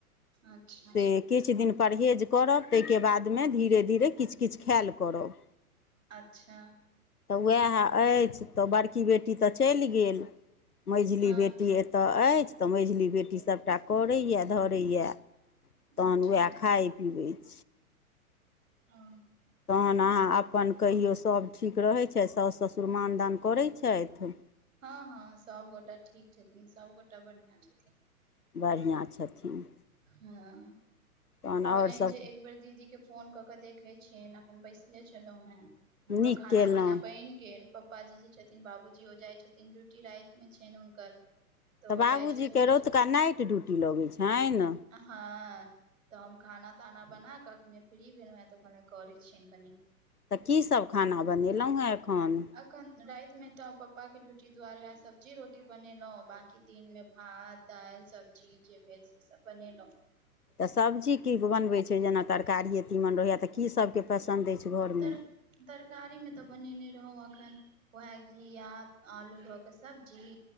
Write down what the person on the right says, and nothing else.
अच्छा
अच्छा
हँ
अच्छा
ओ
हँ हँ सबगोटा ठीक छथिन सबगोटा बढ़ियां छथिन।
हँ
कहलनि
जे एक बेर दीदी के फोन कऽ के देखे छियैनि अखन बैसले छलहुँं हेँ। हमरो
खाना
पीना बनि गेल प पापाजी जी छथिन बाबूजी ओ जाइ छथिन ड्यूटी राति मे छनि हुनकर।
ओ
जाइ छथिन ड्यूटी
हँ तऽ हम खाना ताना बना कऽ अखने फ्री भेलहु हें तऽखने करे छियनि कनि।
अखन रातिमे तऽ पपाके ड्यूटी दुआरे वएह सब्जी रोटी बनेलहुँ बाँकी दिनमे भात दालि सब्जी जे भेल से सब बनेलहुँ।
तर तरकारीमे तऽ बनेने रहौँ एखन वैह घिया आलू ध कऽ सब्जी